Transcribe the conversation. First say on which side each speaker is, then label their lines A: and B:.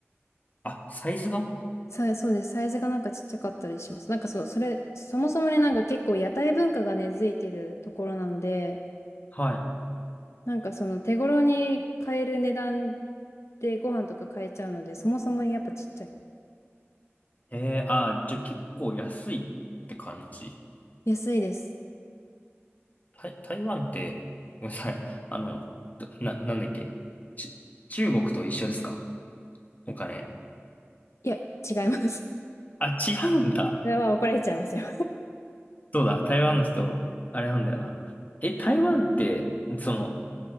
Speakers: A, on the left; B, on the left.
A: あ、サイズが
B: さ、そうです。サイズがなんかちっちゃかったりします。なんかそう、それ、そもそもね、なんか結構屋台文化が根付いてるところなんで、
A: はい。
B: なんかその手頃に買える値段でご飯とか買えちゃうので、そもそもやっぱちっちゃい。
A: えー、あー、じゃあ結構安いって感じ。
B: 安いです。
A: 台、台湾って、ごめんなさい。あの、どな、なんだっけ。ち、中国と一緒ですかお金。
B: いや、違います。
A: あ、違うんだ。
B: それは怒られちゃいますよ。
A: そうだ、台湾の人、あれなんだよな。え、台湾って、その、